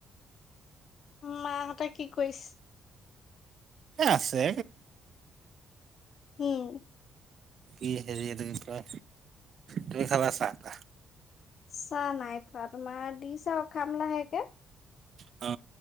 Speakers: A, on the left; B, on the right.
A: মা হঁতে কি কৰিছে
B: আছে
A: উম
B: কি হেৰি এনে কি কোৱা তুমি খালা চাহ টা
A: চাহ নাই খোৱা তোমাৰ দিছে খাম লাহেকে
B: অ